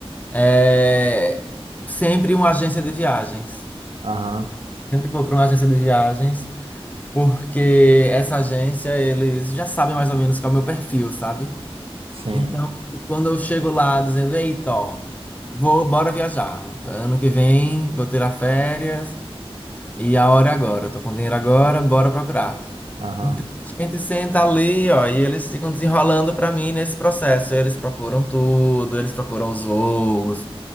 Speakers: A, on the left; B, on the right.
A: é, sempre uma agência de viagens.
B: Aham.
A: Sempre vou para uma agência de viagens, porque essa agência, eles já sabem mais ou menos qual é o meu perfil, sabe?
B: Sim,
A: Então, quando eu chego lá dizendo, eita, ó, vou, bora viajar. Ano que vem vou tirar férias e a hora é agora. Eu tô com dinheiro agora, bora procurar.
B: aham,
A: Então, a gente senta ali, ó, e eles ficam desenrolando pra mim nesse processo. Eles procuram tudo, eles procuram os voos.